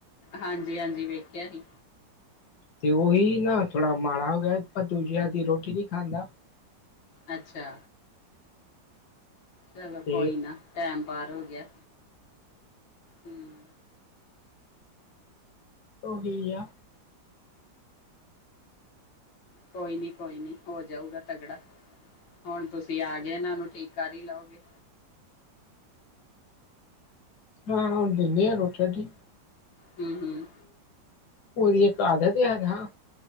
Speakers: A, on the left; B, on the left.
A: ਹਾਂਜੀ ਹਾਂਜੀ ਵੇਖਿਆ ਸੀ।
B: ਤੇ ਉਹੀ ਨਾ ਥੋੜਾ ਮਾੜਾ ਹੋ ਗਿਆ ਪਰ ਦੂਜੇ ਆ ਦੀ ਰੋਟੀ ਨਹੀਂੀ ਖਾਂਦਾ।
A: ਅੱਛਾ। ਚਲੋ
B: ਤੇ
A: ਕੋਈ ਨਾ ਟੈਮ ਪਾਰ ਹੋ ਗਿਆ। ਹਮ।
B: ਉਹੀ ਆ।
A: ਕੋਈ ਨੀ ਕੋਈ ਨੀ ਹੋ ਜਾਊਗਾ ਤਗੜਾ। ਹੁਣ ਤੁਸੀਂ ਆ ਗਏ ਇਹਨਾਂ ਨੂੰ ਠੀਕ ਕਰ ਹੀ ਲਓਗੇ।
B: ਹਾਂ ਹੁਣ ਦਿੰਦੇ ਆਾਂ ਰੋਟੀ ਰਾਟੀ।
A: ਹਮ ਹਮ।
B: ਉਹਰੀ ਇੱਕ ਆਧਤ ਆ ਨਾ।